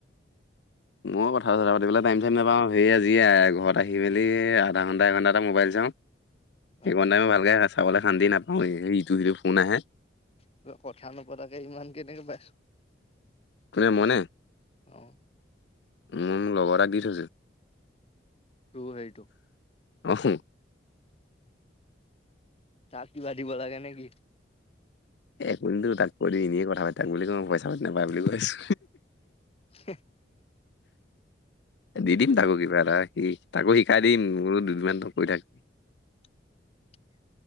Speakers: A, on the left; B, on the left.
A: মই কথা চথা পাতিবলৈ টাইম চাইম নাপাওঁ। সেই আজিয়ে ঘৰত আহি মেলি আধা ঘণ্টাট এঘণ্টা মবাইল। চাওঁ
B: অ
A: ইমান টাইম ভালকে চাবলৈ শান্তি নাপাওঁ ইটো সিটো ফোন আহে।
B: কিবা কথা নপতাকে ইমান কেনেকে পাইছ?
A: কোনেনে মই নে,
B: অ
A: উম লগৰ এটাক দি থৈছো।
B: টু সেইটো।
A: অহোঁ
B: তাক কিবা দিব লাগে নেকি?
A: এ কৈনিদিবি তাক কৈ দি এনেয়ে কথা পাতি থাক বুলি কওঁ পইচা পাতি নাপা বুলি কৈছো।
B: হে।
A: দি দিম তাকো কিবা এটা সি তাকো শিকাই দিম মোৰো দুদিনমান কৰি থাক।
B: <unintelligible>